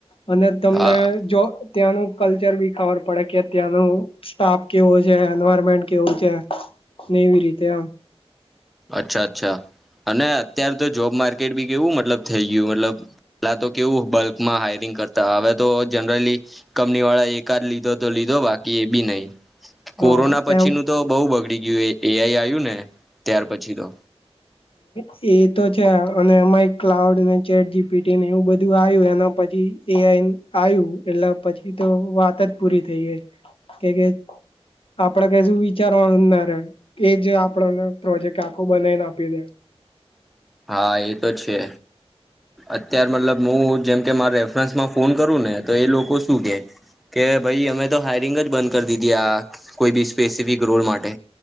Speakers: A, on the left; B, in the centre.
A: અને તમને
B: હા
A: જો ત્યાંનું કલ્ચર બી ખબર પડે કે ત્યાંનું સ્ટાફ કેવો છે એન્વારમેન્ટ કેવું છે આ ને એવી રીતે આમ.
B: અચ્છા અચ્છા અને અત્યાર તો જોબ માર્કેટ બી કેવું મતલબ થઈ ગયું મતલબ પેલા તો કેવું બલ્કમાં હાયરિંગ કરતા હવે તો જનરલી કંપની વાળા એકાદ લીધો તો લીધો બાકી એ બી નહી.
A: હા
B: કોરોના
A: એમ
B: પછી નું તો બહુ બગડી ગયું એઆઈ આવ્યું ને ત્યાર પછી તો
A: હ એ તો છે અને એમાં એક ક્લાઉડ ચેટ જીપીટીને એવું બધું આવ્યું એના પર પછી એ આવ્યું એટલે પછી તો વાત જ પૂરી થઈ ગઇ કે કે આપણે કશું વિચારવાનું ના રે એ જ આપણને પ્રોજેક્ટ આખો બનાવીને આપે પેરેન્સ
B: હા એ તો છે અત્યાર મતલબ હું જેમ કે મારે પર્સનલ ફોન કરું ને તો એ લોકો શું કે કે ભાઈ અમે તો હાયરિંગ જ બંધ કરી દીધી આ કોઈ બી સ્પેસિફિક રોલ માટે